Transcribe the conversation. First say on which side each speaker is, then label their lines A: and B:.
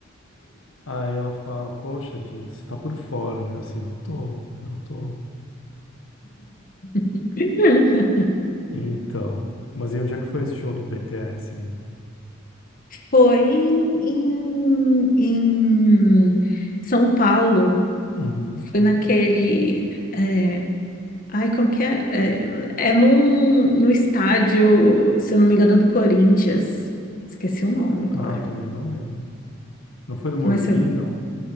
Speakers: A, on the left (about 75°); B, on the left (about 40°).
A: Aí ela fala, poxa, Dinda, você tá por fora, né? Eu, Assim, eu tô, eu tô.
B: <laughs>
A: Então, mas e onde é que foi esse show do BTS, hein?
B: Foi em, em- São Paulo.
A: Uhum.
B: Foi naquele. é, ai, como que é? É, é num, no estádio, se eu não me engano, é do Corinthians. Esqueci o nome agora.
A: Ah, também não lembro. Não foi no Morumbi,
B: Mas eu-
A: não?